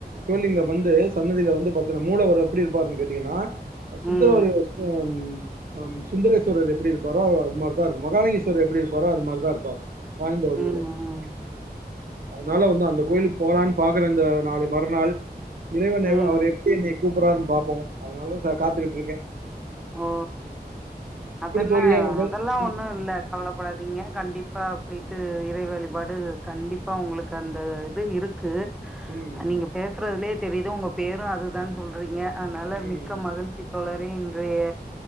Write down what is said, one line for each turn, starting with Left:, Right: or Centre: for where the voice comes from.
Right: சிவலிங்கர் வந்து சன்னதியில வந்து பாத்தீனா மூலவர் எப்படி இருப்பாருன்னு கேட்டீங்கன்னா அ சுந்தரவடிவஸ்
Centre: ம்
Right: அம் ஹம் சுந்தரேஸ்வரர் எப்படி இருப்பாரோ அவர் அது மார்தா இருக்கு மகாலிங்கேஸ்வரர் எப்படி இருப்பாரோ அது மாரிதா இருப்பார் சாயந்
Centre: ம்
Right: இதுல அதனால வந்து அந்த கோயிலுக்கு போலான்னு பாக்குற இந்த நாளை மறுநாள் இறைவன்
Centre: ம் ம்
Right: எவ்வோ அவர் எப்பேந்தி கூப்புறாருன்னு பாப்போ அதனால சார் காத்துக்கிட்ருக்கே
Centre: ஓ அதன
Right: தோழியே உங்கள்
Centre: அதெல்லா
Right: ம்
Centre: ஒண்ணு இல்லக் கவலப்படாதீங்க கண்டிப்பாக போயி்டு இறை வழிபாடு கண்டிப்பா உங்களுக்கு அந்த இது இருக்கு
Right: ம்
Centre: நீங்க பேசுறதுலயே தெரியிது உங்க பேரு அதுதா சொல்றீங்க அதனால
Right: ம்
Centre: மிக்க மகிழ்ச்சித் தோழரே இன்றைய